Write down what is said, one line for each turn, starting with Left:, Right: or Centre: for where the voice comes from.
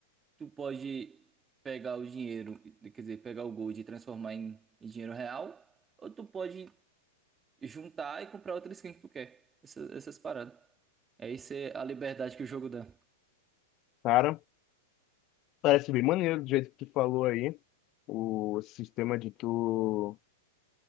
Right: tu pode pegar o dinheiro, quer dizer, pegar o gold e transformar em, em dinheiro real, ou tu pode juntar e comprar outra skin que tu quer. Essas, essas paradas. É isso é a liberdade que o jogo dá.
Left: Cara, parece bem maneiro do jeito que tu falou aí, o sistema de tu,